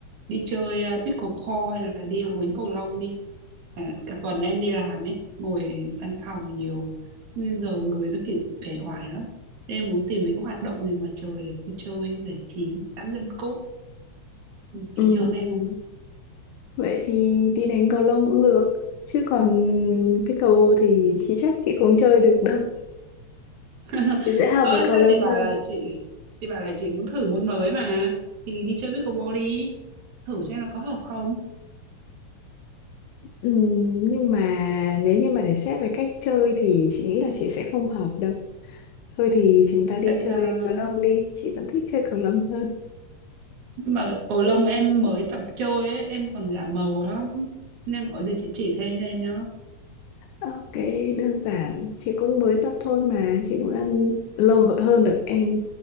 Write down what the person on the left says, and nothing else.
Ừm,
vậy thì đi đánh cầu lông cũng được chứ còn cái cầu thì chị chắc chị không chơi được đâu
chị sẽ hợp
với cầu
lông
hơn
Ừm, nhưng mà nếu như mà để xét về cách chơi thì chị nghĩ là chị sẽ không hợp đâu. Thôi thì chúng ta đi
chơi cầu lông đi, chị vẫn thích chơi cầu lông hơn.
Ok, đơn giản, chị cũng mới tập thôi mà, chị cũng đang lâu hơn hơn được em